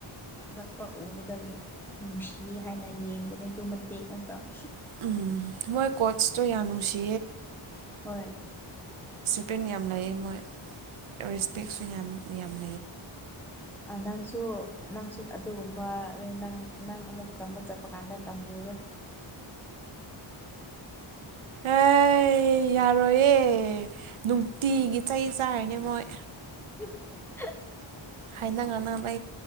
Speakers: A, in the centre; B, on the right (about 80°).
A: ꯊꯥꯒꯠꯄ ꯎꯕꯗꯒꯤ ꯅꯨꯡꯁꯤ ꯍꯥꯏꯅ ꯌꯦꯡꯕꯅꯦ ꯑꯗꯨ ꯃꯇꯦꯛ ꯉꯥꯛꯇꯪ
B: ꯎꯝ ꯃꯣꯏ ꯀꯆꯇ ꯌꯥꯅꯨꯁꯤ
A: ꯍꯣꯏ
B: ꯄꯤꯟ ꯌꯥꯝ ꯂꯩ ꯃꯣꯏ ꯔꯦꯁꯄꯦꯛꯁꯨ
A: ꯎꯝ
B: ꯌꯥꯝ ꯌꯥꯝꯃꯦ
A: ꯅꯪꯁꯨ ꯅꯪꯁꯨ ꯑꯗꯨꯒꯨꯝꯕ ꯅꯪ ꯅꯪ ꯑꯃꯨꯛ ꯇꯝꯕ ꯆꯠꯄ ꯀꯥꯟꯗ ꯇꯝꯂꯨꯔꯣꯏ
B: ꯑꯦ ꯌꯥꯔꯣꯌꯦ ꯅꯨꯡꯇꯤꯒꯤ ꯆꯩ ꯆꯥꯔꯤꯅꯦ ꯃꯣꯏ
A: <unintelligible>
B: ꯍꯥꯏꯅ ꯉꯥꯡꯅꯕ